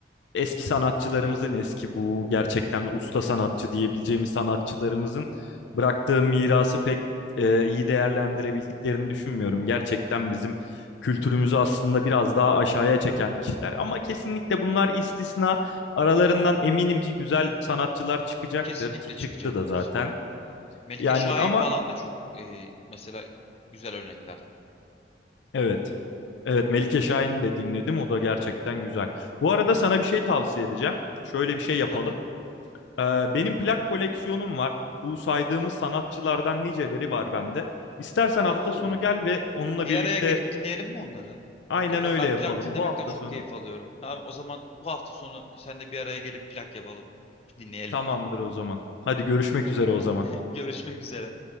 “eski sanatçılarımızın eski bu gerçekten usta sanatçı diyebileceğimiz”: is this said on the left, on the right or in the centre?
Left